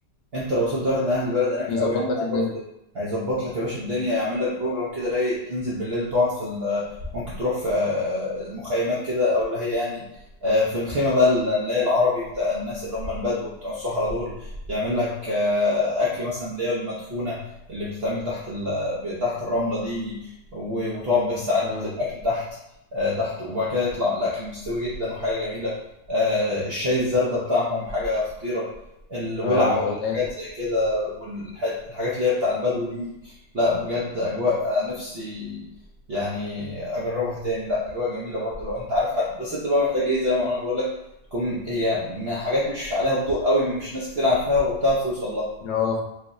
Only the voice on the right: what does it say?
انت لو وصلت واحد من اهل البلد هناك
او يعني
اتعرفت
هيظبط لك يا باشا الدنيا يعمل لك بروجرام كده رايق تنزل بالليل تقعد في ال- آه، ممكن تروح في آه، مخيمات كده او اللي هي يعني آه، في الخيمة بقى اللي هي العربي بتاع الناس اللي هم البدو بتوع الصحراء دول يعمل لك آه، أكل مثلا اللي هي المدفونة اللي بتتعمل تحت ال... تحت الرملة دي و- وتقعد بالساعات
الأكل تحت آه، تحت وبعد كده يطلع الأكل مستوي جدا وحاجة جميلة آه، الشاي الزردة بتاعهم حاجة خطيرة الولعة
والحاجات
زي كده والحاجات اللي هي بتاع البدو دي لا بجد أجواء نفسي يعني أجربها تاني لا أجواء جميلة برضو لو أنت عارف حد بس أنت بقى محتاج إيه زي ما أنا بقول لك تكون هي م- حاجات مش عليها الضوء قوي مش ناس كتير عارفاها وتعرف توصل لها